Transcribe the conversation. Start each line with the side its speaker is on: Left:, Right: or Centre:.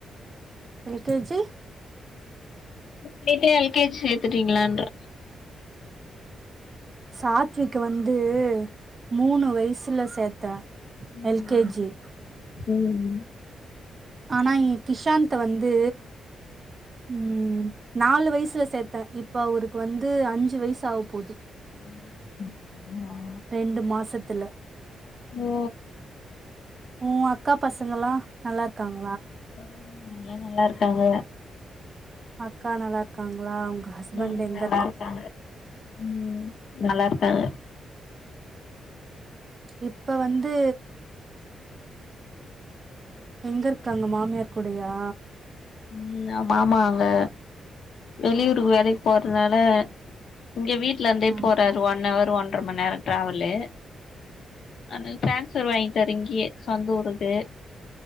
Right: எல் கே ஜி
Left: கேட்டே எல் கே ஜி சேத்துட்டீங்களான்ட்டு
Right: சாத்விக்க வந்து மூணு வயசுல சேத்தே
Left: ம்
Right: எல் கே ஜி
Left: ம்
Right: ஆனா ஏன் கிஷாந்த வந்து ம் நாலு வயசுல சேத்தே இப்ப அவருக்கு வந்து அஞ்சு வயசு ஆக போகுது
Left: ம் <inaudible>
Right: ரெண்டு மாசத்துல
Left: ஓ
Right: ஊ அக்கா பசங்கல்லா நல்லா இருக்காங்
Left: ம் எல்லா நல்லாருக் காங்க
Right: அக்கா நல்லா இருக்காங்களா? உங்க ஹஸ்பண்ட்
Left: ம்
Right: எங்க
Left: நல்லா இருக்காங்க ம் நல்லா இருக்காங்க
Right: இப்ப வந்து எங்க இருக்காங்க மாமியார் கூடயா?
Left: ம் ஆ மாமா அங்க வெளியூரு வேலைக்கு போறனால இங்க வீட்ல இருந்தே
Right: ஆ
Left: போறாரு ஒன் அவர் ஒன் ற மணி நேரோ ட்ராவலு அது ட்ரான்ஸ்ஃபர் வாங்கிட்டாரு இங்கயே சொந்த ஊருக்கு